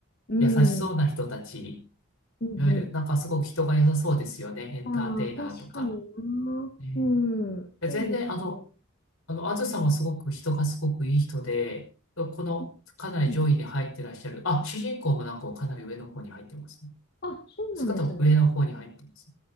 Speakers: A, on the left; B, on the left.
A: うん、
B: 優しそうな人たち、
A: うん、うん。
B: いわゆるなんかすごく人が良さそうですよね、
A: うん
B: エンターテイナーとか。
A: ああ、確かにな。
B: えー
A: うん、
B: 全然あの
A: そうですね。
B: あの、あずさんはすごく人がすごくいい人で、このかなり上位に入ってらっしゃる。
A: うん
B: あ、主人公もなんかかなり上の方に入ってますね。
A: あ、そうなんですね。
B: その方も上の方に入ってます。